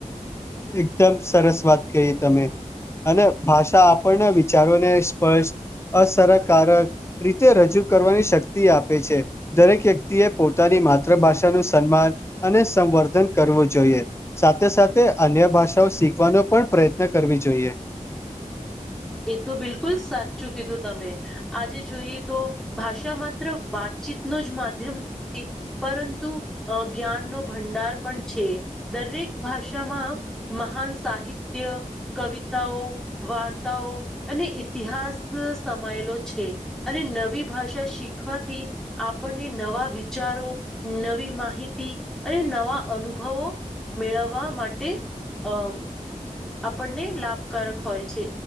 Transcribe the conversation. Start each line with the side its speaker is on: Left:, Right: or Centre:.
Left: એકદમ સરસ વાત કહીએ તમે અને ભાષા આપણને વિચારોને સ્પર્ષ્ટ અસરકારક રીતે રજૂ કરવાની શક્તિ આપે છે દરેક વ્યક્તિએ પોતાની માતભાષાનુંું સન્માન અને સંવર્ધન કરવું જોઈએ સાથે સાથે અન્ય ભાષાઓ શીખવાનો પણ પ્રયત્ન કરવી જોઈએ
Centre: એ તો બિલકુલ સાચું કીધું તમે આજે જોઈએ તો ભાષા માત્ર વાત ચિતનો જ માધ્યમ- - પરંતુ જ્ઞાનનો ભંડાર પણ છે દરેક ભાષામાં- - મહાન સાહિત્ય કવિતાઓ વાર્તા- - અને ઇતિહાસ સમાયેલો છે અને નવી ભાષા શીખવાથી- - આપણને નવા વિચારો નવી માહિતી અને નવા અનુભવો- - મેળવવા માટે અમ આપણને લાભકારક હોય છે.